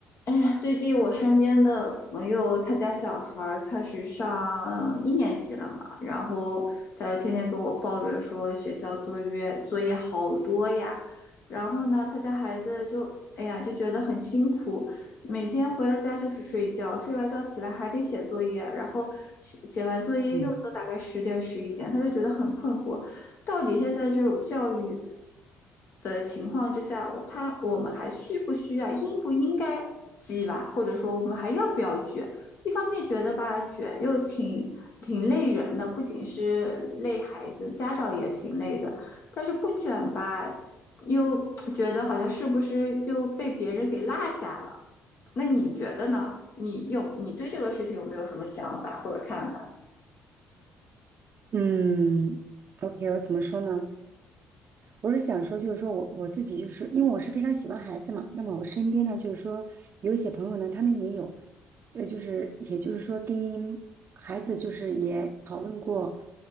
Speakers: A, on the left; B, on the right.
A: 哎呀，最近我身边的朋友，他家小孩儿开始上一年级了嘛，然后他天天跟我抱怨说学校作业作业好多呀，然后呢，他家孩子就哎呀就觉得很辛苦，每天回了家就是睡觉，睡完觉起来还得写作业，然后写写完作业又都大概十点十一点，
B: 嗯
A: 他就觉得很困惑。到底现在这种教育的情况之下，我他我们还需不需要，应不应该鸡娃，或者说我们还要不要卷？一方面觉得吧，卷又挺挺累人的，不仅是累孩子，家长也挺累的。但是不卷吧，又觉得好像是不是就被别人给落下了？那你觉得呢？你有你对这个事情有没有什么想法或者看法？
B: 嗯，OK，我怎么说呢？我是想说，就是说我我自己就是因为我是非常喜欢孩子嘛，那么我身边呢，就是说有一些朋友呢，他们也有，呃，就是也就是说跟孩子就是也讨论过，